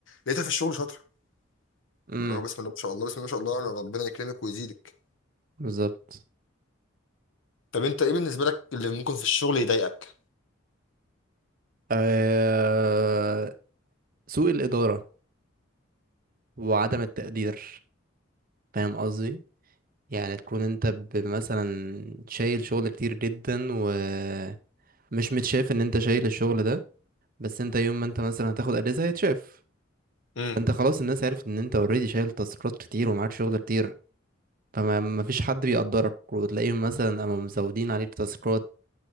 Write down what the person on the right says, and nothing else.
امم
بالظبط
أه... سوء الإدارة وعدم التقدير فاهم قصدي يعني تكون انت ب- مثلا شايل شغل كتير جدا ومش متشاف ان انت شايل الشغل ده بس انت يوم ما انت مثلا هتاخد اجازة هيتشاف
فانت خلاص الناس عرفت ان انت اوريدي شايل تاسكات كتير ومعاك شغل كتير فما مفيش حد بيقدرك وتلاقيهم مثلا قاموا مزودين عليك تاسكات